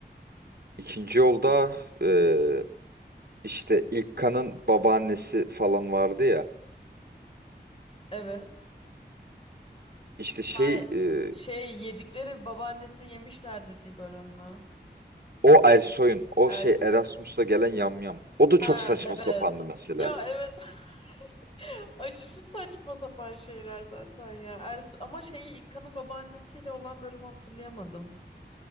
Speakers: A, on the right; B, on the left.
A: İkinci yolda e, işte İlkan'ın babaannesi falan vardı ya.
B: Evet.
A: İşte şey
B: Hay
A: e,
B: şey yedikleri babaannesini yemişler dediği bölüm mü?
A: o Ersoy'un o
B: Er
A: şey Erasmus'ta gelen yamyam. O da çok
B: ha
A: saçma
B: evet.
A: sapandı mesela.
B: Ya evet. <laughs> Aşırı saçma sapan şeyler zaten ya. Ers ama şeyi İkka'nın babaannesiyle olan bölümü hatırlayamadım.